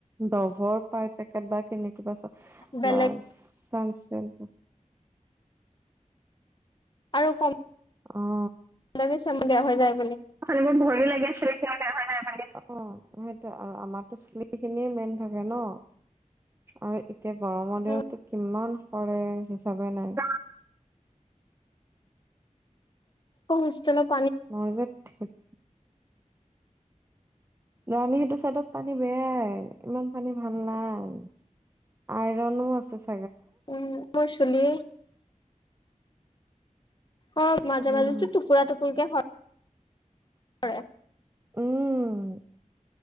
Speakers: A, on the right; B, on the left.
A: ডভৰ পাই পেকেট বাক। কেনেকে বা চ
B: বেলেগ
A: বা চান্স। তাকেই টো।
B: আৰু কম।
A: অ'হ।
B: সেই কাৰণে চেম্পু বেয়া হৈ যায় ।
A: চেলুনত মোৰ ভয়ো লাগে। অ সেয়া চুলিত আৰু আমাৰতো চুলি খিনিয়ে মেইন থাকে ন? আৰু এতিয়া গৰমৰ
B: উম
A: দিনতো কিমান। সৰে হিচাপেই নাই।
B: মোৰ হোষ্টেলত।
A: মোৰ যে ঠিক। ৰাণী সেইটো চাইডত পানী বেয়াই ।ইমান পানী ভাল নাই ।আইৰনো আছে চা।
B: উম মোৰ চুলি। অ মাজে
A: উম
B: মাজে টো টুকুৰা টুকুৰ। তোৰ এতিয়া স।। সৰে
A: উম